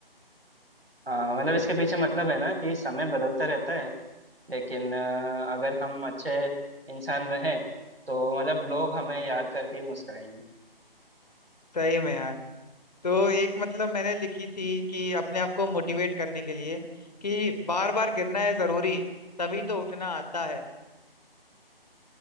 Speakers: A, on the right; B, on the left.
A: हाँ मतलब इसके पीछे मतलब है ना कि समय बदलता रहता है लेकिन अ, अगर हम अच्छे इंसान रहें तो मतलब लोग हमें याद करके ही मुस्कुराएंगे
B: सही में यार तो एक मतलब मैंने लिखी थी कि अपने आप को मोटिवेट करने के लिए कि बार बार गिरना है जरूरी तभी तो उठना आता है